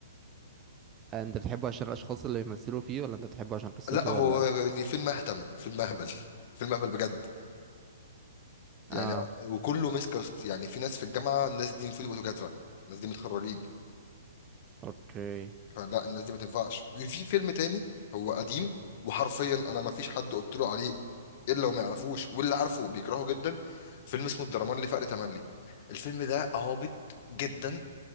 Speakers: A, on the right; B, on the left.
A: آه، انت بتحبه عشان الاشخاص اللي بيمثلوا فيه ولا انت بتحبه عشان قصته
B: لا هو
A: ولا
B: يعني فيلم اهتم فيلم اهبل فيلم اهبل بجد يعني
A: اه
B: وكله ميس كاست يعني في ناس في الجامعه الناس دي المفروض يبقوا دكاتره الناس دي متخرجين
A: اوكي
B: فلا الناس دي ما تنفعش في في فيلم تاني هو قديم وحرفيا انا ما فيش حد قلت له عليه الا وما يعرفوش واللي عارفه بيكرهه جدا فيلم اسمه الدرمان لفقر تملي الفيلم ده هابط جدا